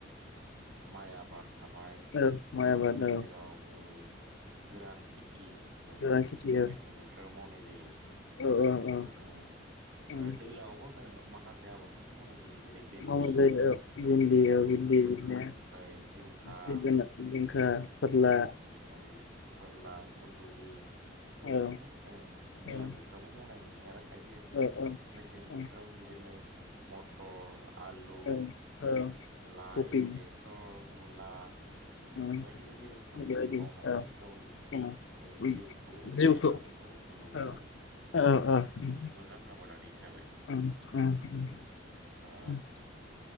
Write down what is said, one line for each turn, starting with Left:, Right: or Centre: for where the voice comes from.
Right: माइ आबाद थाबाय
Left: औ माइ
Right: बेनि
Left: आबाद
Right: गेजेराव
Left: औ
Right: ओ गोरान खेथि जायखौ
Left: गोरान
Right: होनो
Left: खेथि
Right: जों
Left: औ
Right: मेसें बोथोराव मावनाय जायो
Left: औ
Right: बेफोरनो
Left: औ औ उम
Right: आरो दैलांआवबो माखासे आबादफोरखौ मावनाय जायो जेरै भेन्दि
Left: म भिनदि
Right: भेन्दि
Left: बिदि बिदिनो
Right: बेनिफ्राय जिंखा
Left: बिदि बिदि आ फोरला
Right: ओमफ्राय फोरला खुन्दुलि बेबायदिनो
Left: औ
Right: दैजलां
Left: औ
Right: बोथोरावबो मावनाय नुयो आरो खायसे खायसे
Left: औ औ
Right: मेसें
Left: औ
Right: बोथोराव बिदिनो मटर आलु
Left: औ औ
Right: लाइ
Left: कफि
Right: बेसर मुला
Left: ओम
Right: बायदि बायदि रोखोमनि
Left: बायदि
Right: मावनानै
Left: औ
Right: गावनि
Left: ओम ओम
Right: जिउखौ दैदेनलांनायखौ
Left: जिउखौ
Right: नुनो
Left: औ
Right: मोनो आरो
Left: औ ओम
Right: एसे मोजां आबादारि हिसाबै
Left: <unintelligible>
Right: ओ